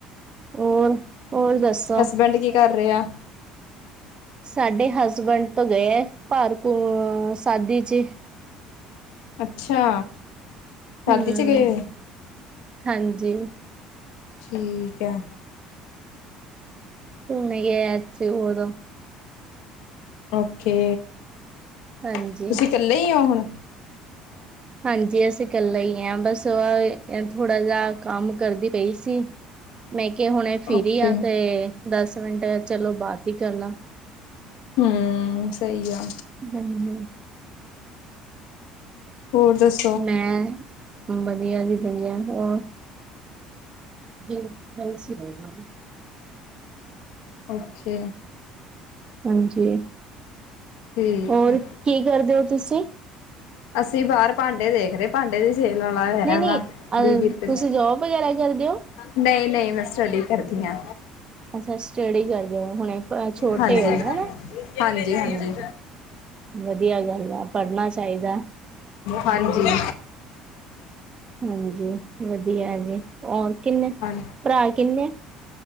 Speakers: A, on the right; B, on the left.
A: ਹੋਰ ਹੋਰ ਦਸੋ-
B: ਪਿੰਡ ਕੀ ਕਰ ਰਿਹਾ-
A: ਸਾਡੇ ਹਸਬੈਂਡ ਤੋਂ ਗਏ ਭਾਰਕੂ ਅ ਸਾਦੀ 'ਚ-
B: ਅਛਾ ਸ਼ਾਦੀ
A: ਹੂੰ
B: 'ਚ ਗਏ-
A: ਹਾਂਜੀ-
B: ਠੀਕ ਹੈ।
A: ਸਮ ਗ ਅਸੀ ਓਦੋ
B: ਓਕੇ-
A: ਹਾਂਜੀ-
B: ਤੁਸੀਂ ਇਕੱਲੇ ਈਓ ਹੁਣ-
A: ਹਾਂਜੀ ਅਸੀ ਕਲੇ ਹੀ ਹਾਂ ਬਸ ਉਹਹ- ਥੋੜਾ ਜਿਆ ਕੰਮ ਕਰਦੀ ਪਈ ਸੀ, ਮੈ ਕੇ ਹੁਣੇ ਫਿਰੀਆ
B: ਓਕੇ
A: ਤੇ ਦਸ- ਮਿੰਟ ਚਲੋ ਬਾਤ ਈ ਕਰਲਾ।
B: ਹਮ ਸਈ ਆ।
A: ਹਾਂਜੀ
B: ਹੋਰ ਦੱਸ
A: ਮੈ ਵਧੀਆ ਜੀ ਵਧੀਆ, ਹੋਰ ਜ ਜਲਸੀ ਗਈ <unintelligible> ਮ
B: ਓਕੇ
A: ਹਾਂਜੀ,
B: ਠੀਕ
A: ਹੋਰ
B: ਹੈ।
A: ਕੀ ਕਰਦੇ ਔ ਤੁਸੀ
B: ਅਸੀ ਬਾਹਰ ਭਾਂਡੇ ਦੇਖ ਰਹੇ ਪਾਡੇ ਦੀ ਸੇਲ ਵਾਲਾ ਹੈਗਾ
A: ਨਹੀਂ ਨਹੀਂ
B: ਆ
A: ਅ
B: ਬੀ- ਬੀ ਰੁਪੇ
A: ਤੁਸੀਂ ਜੋਬ ਵਗੈਰਾ ਕਰਦੇ ਹੋ।
B: ਨਈ-ਨਈ ਮੈ ਸਟੱਡੀ ਕਰਦੀ ਆ।
A: ਅਛਾ, ਸਟੱਡੀ ਕਰਦੇ ਔ, ਹੁਣੇ ਛੋਟੇ
B: ਹਾਂਜੀ
A: ਔ ਹਨਾ
B: ਹਾਂਜੀ ਹਾਂਜੀ
A: ਓ
B: ਹਾਂਜੀ
A: ਵਧੀਆ ਗੱਲ ਆ ਪੜ੍ਹਨਾ ਚਾਹੀਦਾ।
B: ਹਾਂਜੀ।
A: ਹਾਂਜੀ ਵਧੀਆ ਜੀ, ਹੋਰ ਕਿਨੇ
B: ਹਾਂ
A: ਭਰਾ ਕਿਨੇ